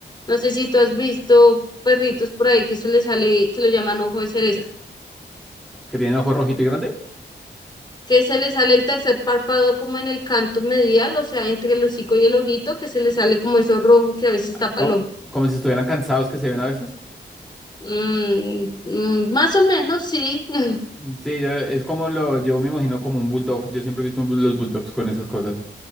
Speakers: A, on the left; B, in the centre.
A: No sé si tú has visto perritos por ahí que se les sale, que lo llaman ojo de cereza,
B: que tiene el ojo rojito y grande.
A: que se les sale el tercer párpado como en el canto medial, o sea, entre el hocico y el ojito, que se les sale como eso rojo que a veces tapa
B: Como,
A: el ojo.
B: como si estuvieran cansados que se ven a veces.
A: Mm, mm, más o menos, sí. <laughs>
B: Sí, yo- es como lo, yo me imagino como un bulldog. Yo siempre he visto un bull- los bulldogs con esas cosas.